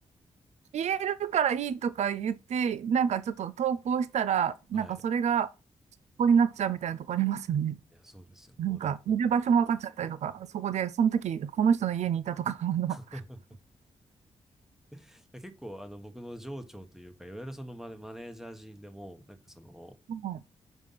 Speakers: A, on the right; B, in the centre.
A: 言えるからいいとか言って、なんかちょっと投稿したら、なんかそれがこ
B: はい。
A: こになっちゃうみたいなとこありますよね。
B: いや、そうですよ。
A: なんか、
B: もうなんかも
A: いる場所も分かっちゃったりとか、そこで、その時、この人の家にいたとか、あの、
B: う <laughs> 結構あの僕の上長というか、いわゆるそのマネ、マネージャー陣でも、なんかその、
A: はい、